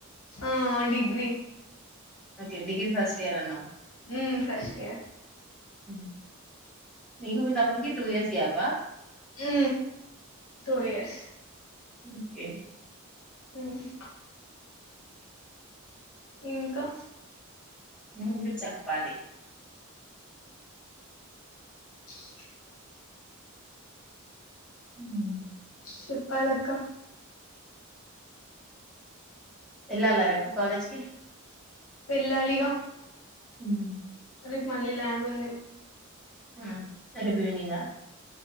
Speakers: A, on the left; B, in the centre.
A: ఆ degree
B: okay degree first year అన్నావ్
A: హు ఫస్ట్ కే
B: హు నీకు నీ తమ్మునికి టూ ఇయర్స్ గ్యాపా
A: హు టూ ఇయర్స్
B: ఓకే
A: హ్మ్. ఇంకా
B: ఇంకా చెప్పాలి.
A: <inaudible>
B: ఉమ్.
A: చెప్పాలక్క
B: ఎల్లాల రేపు కాలేజ్కి
A: వెళ్ళాలిగా
B: ఉమ్.
A: ఇగ మళ్ళీ ల్యాబుంది
B: హు రేపు ఈవినింగ్ ఆ